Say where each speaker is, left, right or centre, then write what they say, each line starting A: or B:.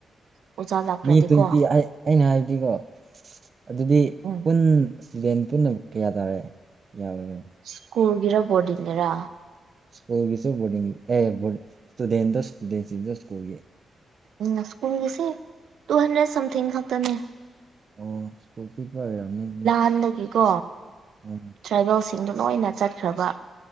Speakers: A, on the right; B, on the right.
A: ꯑꯣꯖꯥ ꯂꯥꯛꯇ꯭ꯔꯗꯤꯀꯣ
B: ꯃꯤ ꯇ꯭ꯋꯦꯟꯇꯤ ꯑꯩ ꯑꯩꯅ ꯍꯥꯏꯕꯗꯤꯀꯣ ꯑꯗꯨꯗꯤ
A: ꯎꯝ
B: ꯄꯨꯟ ꯏꯁꯇꯨꯗꯦꯟ ꯄꯨꯝꯅ ꯀꯌꯥ ꯇꯥꯔꯦ ꯌꯥꯎ ꯍꯥꯏꯒꯅꯤ
A: ꯁ꯭ꯀꯨꯜꯒꯤꯔ ꯕꯣꯔꯗꯤꯡꯒꯤꯔ
B: ꯁ꯭ꯀꯨꯜꯒꯤꯁꯨ ꯕꯣꯔꯗꯤꯡ ꯑꯦ ꯕꯣꯔꯗꯤꯡ ꯏꯁꯇꯨꯗꯦꯟꯗꯣ ꯏꯁꯇꯨꯗꯦꯟꯁꯤꯡꯗ ꯁ꯭ꯀꯨꯜꯒꯤ
A: ꯎꯝ ꯁ꯭ꯀꯨꯜꯒꯤꯁꯦ ꯇꯨ ꯍꯟꯗ꯭ꯔꯦꯠ ꯁꯝꯊꯤꯡ ꯈꯛꯇꯅꯦ
B: ꯑꯣ ꯁꯀꯨꯜ ꯄꯤꯛꯄꯩ ꯑꯣꯏꯔꯝꯅꯤ ꯑꯗꯨꯗꯤ
A: ꯍꯟꯗꯛꯒꯤꯀꯣ
B: ꯎꯝ
A: ꯇ꯭ꯔꯥꯏꯚꯦꯜꯁꯤꯡꯗꯣ ꯂꯣꯏꯅ ꯆꯠꯈ꯭ꯔꯕ